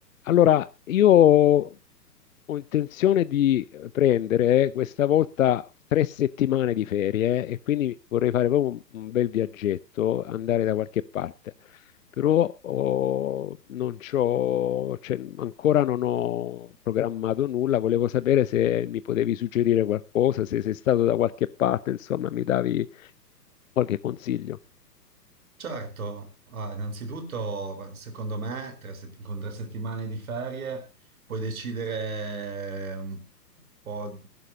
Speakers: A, on the left; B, on the right.
A: Allora, io ho intenzione di prendere questa volta tre settimane di ferie e quindi vorrei fare proprio un, un bel viaggetto, andare da qualche parte. Però oh, non c'ho, cioè, ancora non ho programmato nulla, volevo sapere se mi potevi suggerire qualcosa, se sei stato da qualche parte, insomma, mi davi qualche consiglio.
B: Certo, ah, innanzitutto beh, secondo me tre sett- con tre settimane di ferie puoi decidere un po'